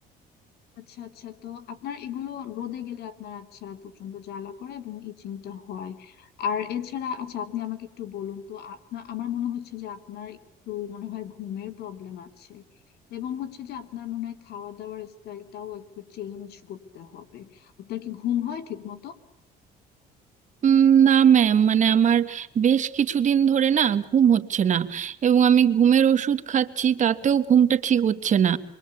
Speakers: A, on the left (about 70°); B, on the right (about 45°).
A: আচ্ছা আচ্ছা তো আপনার এগুলো রোদে গেলে আপনার আচ্ছা প্রচন্ড জ্বালা করে এবং ইচিংটা হয় আর এছাড়া আচ্ছা আপনি আমাকে একটু বলুন তো আপনার আমার মনে হচ্ছে যে আপনার একটু মনে হয় ঘুমের প্রবলেম আছে এবং হচ্ছে যে আপনার মনে হয় খাওয়া দাওয়ার স্টাইলটাও একটু চেঞ্জ করতে হবে আপনার কি ঘুম হয় ঠিক মতো
B: উম, না ম্যাম মানে আমার বেশ কিছুদিন ধরে না ঘুম হচ্ছে না এবং আমি ঘুমের ওষুধ খাচ্ছি তাতেও ঘুমটা ঠিক হচ্ছে না